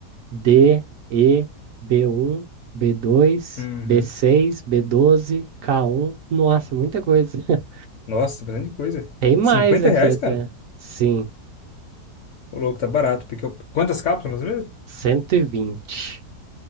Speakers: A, on the right; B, on the left.
A: D, E, b um, b dois,
B: Uhum.
A: b seis, b doze, K1. Nossa, muita coisa. <laughs>
B: Nossa, bastante coisa.
A: Tem mais
B: 50
A: aqui
B: reais,
A: até.
B: cara?
A: Sim,
B: Ô, louco, tá barato. Porque eu... Quantas cápsulas mesmo?
A: 120.